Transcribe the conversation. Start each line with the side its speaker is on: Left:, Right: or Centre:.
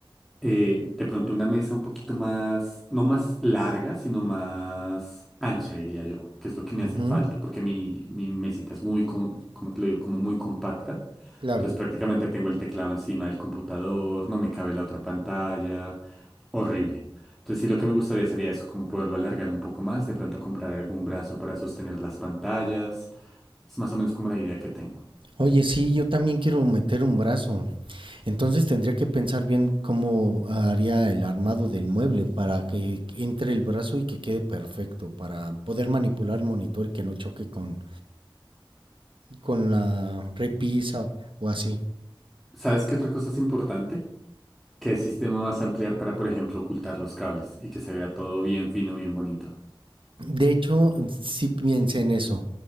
Centre: eh, de pronto una mesa un poquito más, no más larga, sino más ancha, diría yo, que es lo que
Right: ujú,
Centre: me hace falta, porque mi, mi mesita es muy, con- como te lo digo, como muy compacta.
Right: Claro.
Centre: Entonces prácticamente tengo el teclado encima del computador, no me cabe la otra pantalla, horrible. Entonces sí, lo que me gustaría sería eso, como poderlo alargar un poco más, de pronto comprar algún brazo para sostener las pantallas. Es más o menos como la idea que tengo.
Right: Oye, sí, yo también quiero meter un brazo. Entonces tendría que pensar bien cómo haría el armado del mueble para que entre el brazo y que quede perfecto, para poder manipular el monitor y que no choque con, con la repisa o así.
Centre: ¿Sabes qué otra cosa es importante? ¿Qué sistema vas a ampliar para, por ejemplo, ocultar los cables y que se vea todo bien fino, bien bonito?
Right: De hecho, sí piense en eso.